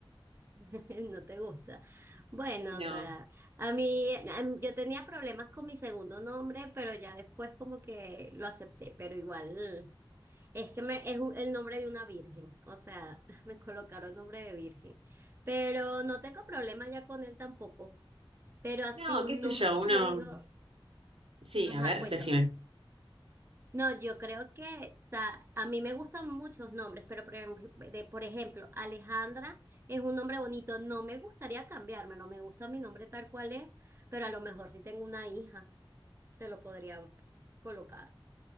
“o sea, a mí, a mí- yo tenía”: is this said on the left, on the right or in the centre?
Right